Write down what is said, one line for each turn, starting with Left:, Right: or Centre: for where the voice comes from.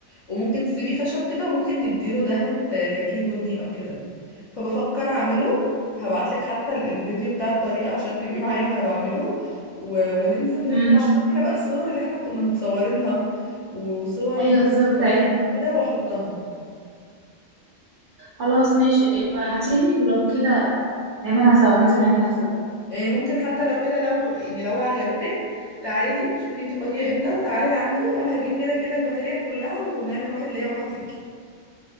Left: وممكن تسيبيه خشب كده وممكن تديله دهنة لاكيه بني أو كده فبفكر أعمله هبعتلك حتى ال- الفيديو بتاع الطريقة عشان تبقي معايا وأنا بعمله و... وننزل
Right: امم
Left: نطبع فاكرة بقى الصور اللي احنا كنا متصورينها وصوري
Right: ايوه
Left: مع
Right: الصور بتاعتنا
Left: قرايبي كده وأحطها
Right: خلاص ماشي ابعتيلي ولو كده نعملها سوا ننزل نعملها سوا
Left: يعني ممكن حتى لو كده لو يعني لو عجبتك تعالي شوفي انت فاضية امتى وتعالي عندي وانا هجيب كده كده الماتيريال كلها ونعمل واحد ليا واحد ليكي